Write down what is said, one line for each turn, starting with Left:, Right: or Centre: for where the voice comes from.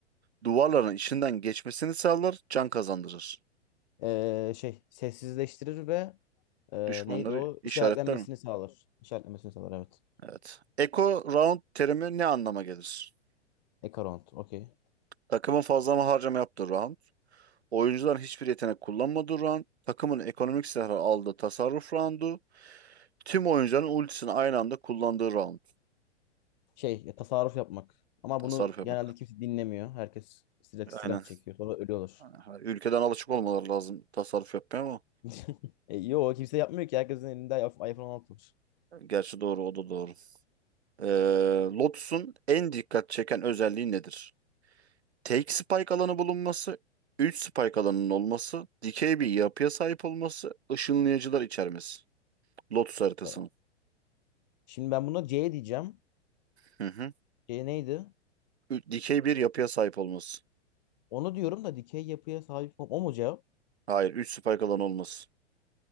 Right: Duvarların içinden geçmesini sağlar, can kazandırır.
Left: Ee, şey sessizleştirir ve e,
Right: Düşmanları
Left: neydi o?
Right: işaretler
Left: İşaretlenmesini
Right: mi?
Left: sağlar. İşaretlenmesini sağlar evet.
Right: Evet. Echo round terimi ne anlama gelir?
Left: Ekaront. Okey.
Right: Takımın fazla mı harcama yaptığı round. Oyuncuların hiçbir yetenek kullanmadığı round. Takımın ekonomik silahı aldığı tasarruf roundu. Tüm oyuncuların ultisini aynı anda kullandığı round.
Left: Şey ya, tasarruf yapmak. Ama
Right: Tasarruf
Left: bunu
Right: yapmak.
Left: genelde kimse dinlemiyor. Herkes silah, silah
Right: Aynen.
Left: çekiyor. Sonra ölüyorlar.
Right: Ha, Ülkeden alışık olmaları lazım tasarruf yapmaya ama.
Left: <laughs> e, yo kimse yapmıyor ki. Herkesin elinde iPhone 16
Right: Gerçi doğru o da doğru. Ee, Lotus'un en dikkat çeken özelliği nedir? Tek spike alanı bulunması, 3 spike alanının olması, dikey bir yapıya sahip olması, ışınlayıcılar içermesi. Lotus haritasının.
Left: var. Şimdi ben buna C diyeceğim.
Right: Hı hı.
Left: C neydi?
Right: Ü- Dikey bir yapıya sahip olması.
Left: Onu diyorum da dikey yapıya sahip o o mu cevap?
Right: Hayır 3 spike alan olmaz.